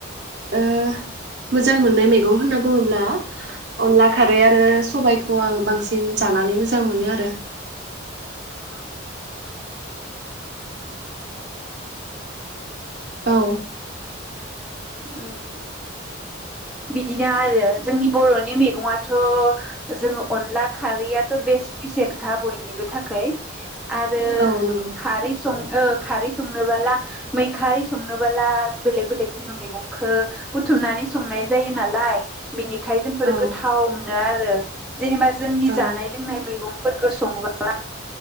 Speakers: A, on the right; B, in the centre.
A: ओ मोजां मोनो मैगं होनना बुङोब्ला अनला खारै आरो सबायाइखौ आं बांसिन जानानै मोजां मोनो आरो
B: औ
A: औ
B: उम बिदिनो आरो जोंनि बरनि मैगङाथ जोङो अनला खारैयाथ बेस स्पिसियेलखा बयनिबो थाखाय आरो
A: औ नंगौ
B: खारै सं ओ खारै संनोबोला मैखारै संनोबोला बेलेग बेलेग जोङो मैगंखो बुथुमनानै संनाय जायो नालाय बेनिखाय जोंफोरो
A: औ
B: गोथाव मोन मोनोआरो जेनेबा जोंनि
A: औ
B: जानाय लोंनाय मैगं फोरखो सङोब्ला